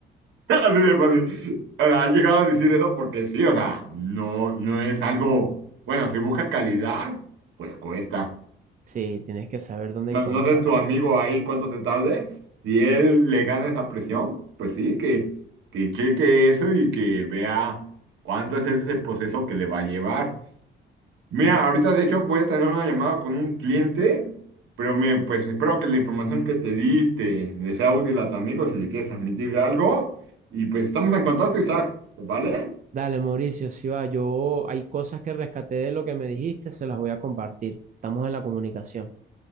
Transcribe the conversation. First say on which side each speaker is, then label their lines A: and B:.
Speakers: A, on the right (about 80°); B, on the right (about 40°).
A: Así de fácil. O sea, he llegado a decir eso porque sí, o sea, no, no es algo, bueno, si buscas calidad, pues cuesta.
B: Sí, tienes que saber dónde
A: No,
B: encontrarlo.
A: no sé tu amigo ahí cuánto se tarde. Si él le gana esa presión, pues sí, que, que cheque eso y que vea cuánto es ese proceso que le va a llevar. Mira, ahorita de hecho voy a tener una llamada con un cliente, pero me, pues espero que la información que te di te le sea útil a tu amigo si le quieres transmitir algo. Y pues estamos en contacto, Isaac, ¿vale?
B: Dale, Mauricio, si va, yo hay cosas que rescaté de lo que me dijiste, se las voy a compartir. Estamos en la comunicación.